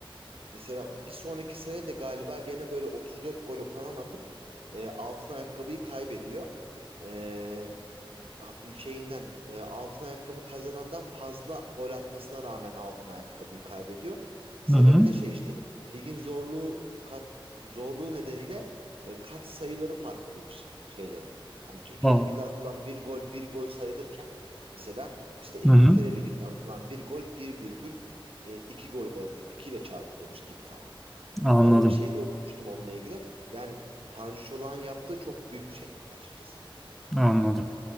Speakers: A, on the right; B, in the centre.
A: Mesela bir sonraki sene de galiba gene böyle 34 gol falan atıp e, altın ayakkabıyı kaybediyor. E, şeyinden e, altın ayakkabı kazanandan fazla gol atmasına rağmen altın ayakkabıyı kaybediyor. Sebebi
B: Hı
A: de şey işte ligin zorluğu kat zorluğu nedeniyle e, kat sayıları farklıymış şeylerin. Yani Türkiye
B: Tamam.
A: Ligi'nde atılan bir gol bir gol sayılırken mesela işte İngiltere
B: Hı hı.
A: Ligi'nde atılan bir gol bir virgül e, iki gol o- e, ikiyle çarpılıyormuş gibi falan.
B: Anladım.
A: Öyle bir şey de okumuştum onunla ilgili. Yani Tanju Çolak'ın yaptığı çok büyük bir şey açıkçası.
B: Anladım.